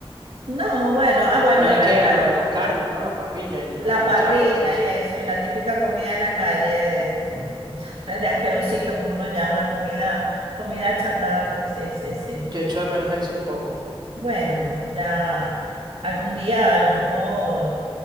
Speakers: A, on the right (about 80°); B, on the right (about 45°).
A: No, bueno, ah, bueno,
B: Allá
A: la,
B: que era
A: la,
B: lo de las carnes,
A: ah,
B: ¿no? La parrilla y la
A: la
B: cachapa
A: parrilla
B: y todo eso.
A: y eso, y la típica comida en la calle de, <laughs> de asquerosito, como uno llama, comida, comida chatarra, sí, sí, sí.
B: Yo echo de menos eso un poco.
A: Bueno, ya algún día a lo mejor